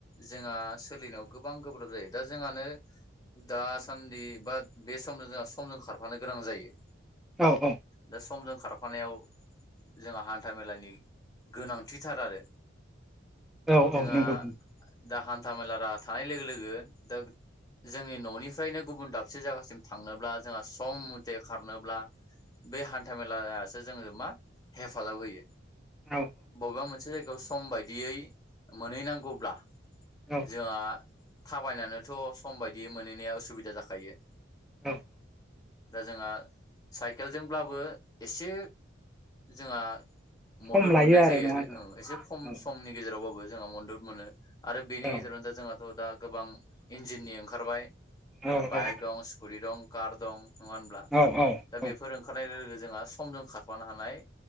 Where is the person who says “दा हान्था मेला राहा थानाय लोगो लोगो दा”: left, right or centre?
Left